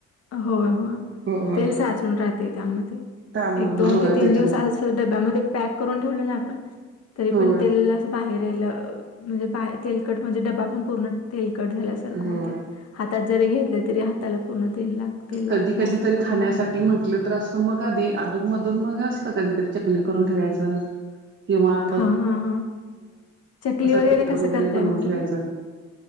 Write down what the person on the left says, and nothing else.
होय होय
तेल साचून राहते त्यामध्ये.
एक दोन
ते तीन
दिवस अस डब्यामध्ये पॅक करून ठेवलं ना आपण तरी
पण तेल बाहेर म्हणजे बा तेलकट म्हणजे डबा पण पूर्ण तेलकट झाल्यासारखं
होते. हातात जरी घेतले तरी हाताला पूर्ण तेल लाग तेल
लागते
अशा
पद्धतीने.
हां हां हां. चकली
कसं
करताय
मग तुम्ही?